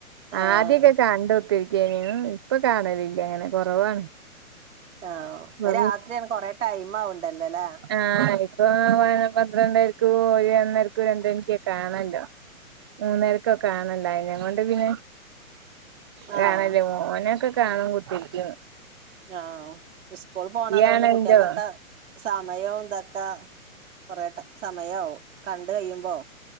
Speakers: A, on the right (about 55°); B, on the right (about 15°).
A: ആഹ്
B: ആദ്യൊക്കെ കണ്ട് കുത്തിരിക്കെനിം ഇപ്പൊ കാണലില്ല അങ്ങനെ കൊറവാണ്
A: ആ ഇപ്പോ
B: ഇപ്പൊ
A: രാത്രിയണ് കൊറെേ ടൈം ആവണ്ടല്ലോ അല്ലേ
B: ആ ഇപ്പൊ വ പന്ത്രണ്ടരക്ക് പോയ ഒന്നരക്കും രണ്ട് മണികൊക്കെ കാണല്ലോ മൂന്നേരക്കൊക്കെ കാണല്ലോ അയിന് കൊണ്ട് പിന്നെ കാണൽ
A: ആഹ്
B: മോനൊക്കെ കാണും കുത്തിരിക്ക
A: ആ സ്കൂൾ പോണതുകൊണ്ട്
B: കാണലുണ്ടോ
A: കുട്ടികൾക്കൊക്കെ സമയവും ഇന്തൊക്കെ കൊറെേ സമയാവും കണ്ട് കഴിയുമ്പോ